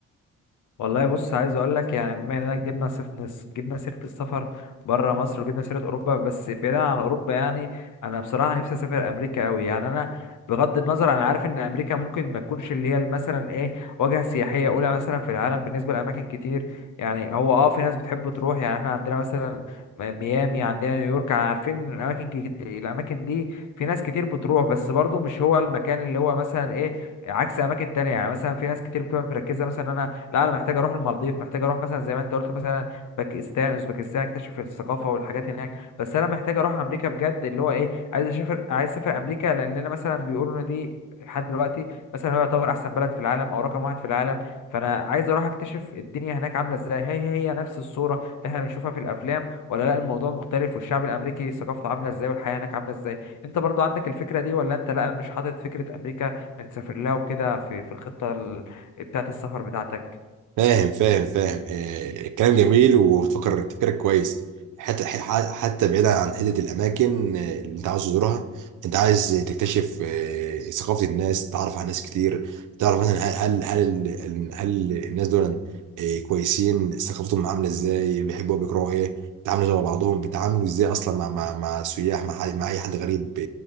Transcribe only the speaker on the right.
فاهم فاهم فاهم آه، الكلام جميل وبتفكر تفكيرك كويس حتى ح- حتى بعيدا عن حته الاماكن آه، اللي انت عاوز تزورها انت عايز تكتشف آه، ثقافه الناس تعرف على ناس كتير تعرف مثلا هل هل هل, هل الناس دول آه، كويسين ثقافتهم عامله ازاي بيحبوا بيكرهوا ايه بيتعاملوا مع بعضهم بيتعاملوا ازاي اصلا مع مع مع سياح مع, حد- مع اي حد غريب آه،